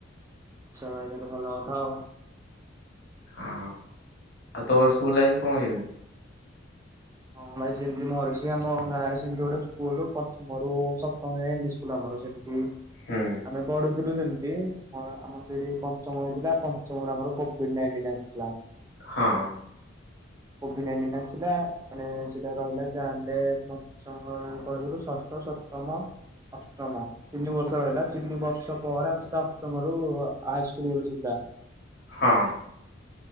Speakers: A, on the right; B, on the left.
A: ଆଚ୍ଛା ଭାଇ ତାହେଲେ ଭଲ କଥା ଆଉ।
B: ହଁ ଆଉ ତୋମର ସ୍କୁଲ ଲାଇଫ୍ କଣ କେମିତି?
A: ହଁ ଭାଇ ସେମିତି ମୋର ବି ସେଇ ଆମ ଗାଁ ରେ ସେମିତି ଗୋଟେ ସ୍କୁଲ ପ୍ରଥମ ରୁ ସପ୍ତମ ଯାଏଁ ସ୍କୁଲ ଆମର ସେଠି।
B: ହୁଁ।
A: ଆମେ ପଢୁଥିଲୁ ସେମିତି ଆମର ସେଠି ପଞ୍ଚମ ହେଇଥିଲା ପଞ୍ଚମରୁ ଆମର କୋଭିଡ ନାଇଣ୍ଟିନ ଆସିଥିଲା।
B: ହଁ।
A: କୋଭିଡ ନାଇଁନ୍ ଟିନ୍ ଆସିଲା ସେଟା ରହିଲା ଯାହାଲେ ପଞ୍ଚମ ପଢୁଥିଲୁ ଷଷ୍ଠ ସପ୍ତମ ଅଷ୍ଟମ। ତିନି ବର୍ଷ ରହିଲା ତିନି ବର୍ଷ ପରେ ଆମେ ସିଧା ଅଷ୍ଟମ ରୁ ହାଇସ୍କୁଲ ଗଲୁ ସିଧା।
B: ହଁ।